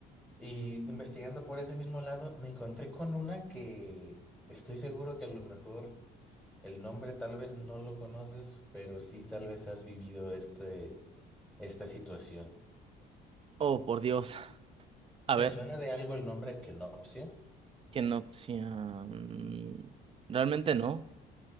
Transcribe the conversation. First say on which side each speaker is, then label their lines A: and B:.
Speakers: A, in the centre; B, on the right (about 35°).
A: Y investigando por ese mismo lado, me encontré con una que estoy seguro que a lo mejor el nombre tal vez no lo conoces, pero sí tal vez has vivido este, esta situación.
B: Oh, por Dios. A
A: ¿Te
B: ver,
A: suena de algo el nombre Kenopsia?
B: ¿qué no opción? Realmente no.